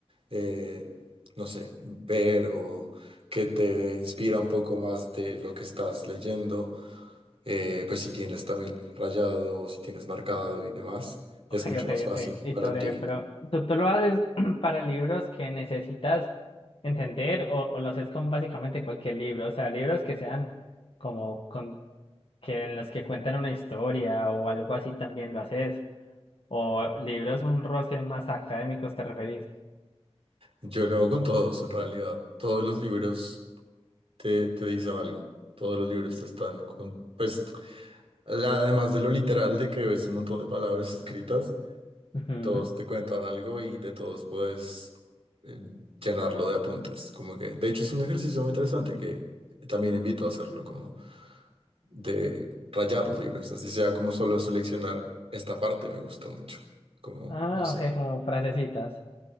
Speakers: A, on the right (about 65°); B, on the left (about 55°).
A: eh, no sé, ver o que te inspira un poco más de lo que estás leyendo, eh, pues si tienes también rayado, o si tienes marcado y demás, es
B: Ok,
A: mucho
B: ok,
A: más fácil
B: ok. Listo,
A: para
B: breve.
A: ti.
B: Pero ¿tú, tú lo haces <clears throat> para libros que necesitas entender o, o lo haces con básicamente cualquier libro? O sea, libros que sean como con, que en los que cuentan una historia o algo así también lo haces. O libros un roce más académicos, ¿te referís?
A: Yo lo hago con todos, en realidad. Todos los libros te, te dicen algo. Todos los libros te están con, pues, la- además de lo literal de que ves un montón de palabras escritas.
B: Ujú.
A: todos te cuentan algo y de todos puedes eh, llenarlo de apuntes. Como que, de hecho, es un ejercicio muy interesante que también invito a hacerlo, como de rayar los libros, así sea como solo seleccionar esta parte me gustó mucho, como,
B: Ah,
A: no sé.
B: ok, como frasecitas.